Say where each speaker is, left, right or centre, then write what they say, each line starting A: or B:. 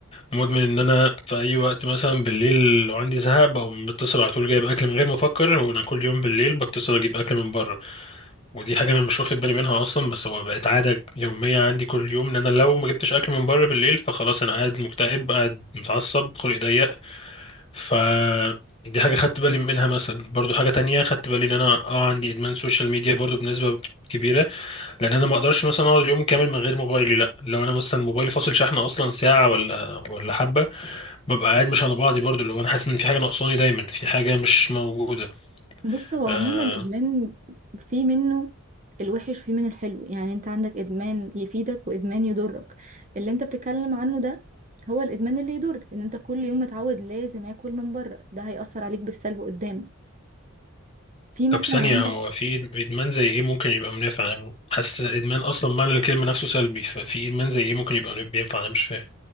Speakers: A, on the left; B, on the right.
A: مدمن ان انا في اي وقت مثلا بالليل لو عندي زهق بقوم بتصل على طول جايب اكل من غير ما افكر وانا كل يوم بالليل بتصل اجيب اكل من بره ودي حاجه انا مش واخد بالي منها اصلا بس هو بقت عاده يوميه عندي كل يوم ان انا لو ما جبتش اكل من بره بالليل فخلاص انا قاعد مكتئب قاعد متعصب خلقي ضيق ف دي حاجه خدت بالي منها مثلا برضو حاجه تانية خدت بالي ان انا اه عندي ادمان سوشيال ميديا برضو بنسبه كبيره لان انا ما اقدرش مثلا اقعد اليوم كامل من غير موبايلي لا لو انا مثلا موبايلي فاصل شحن اصلا ساعه ولا ولا حبه ببقى قاعد مش على بعضي برضو لو انا حاسس ان في حاجه ناقصاني دايما في حاجه مش موجوده
B: بص هو عموما
A: آه
B: الادمان في منه الوحش في منه الحلو يعني انت عندك ادمان يفيدك وادمان يضرك اللي انت بتتكلم عنه ده هو الادمان اللي يضر ان انت كل يوم متعود لازم اكل من بره ده هيأثر عليك بالسلب قدام في مثلا
A: طب ثانيه
B: عندك
A: هو في ادمان زي ايه ممكن يبقى منافع انا حاسس الادمان اصلا معنى الكلمه نفسه سلبي ففي ادمان زي ايه ممكن يبقى بينفع انا مش فاهم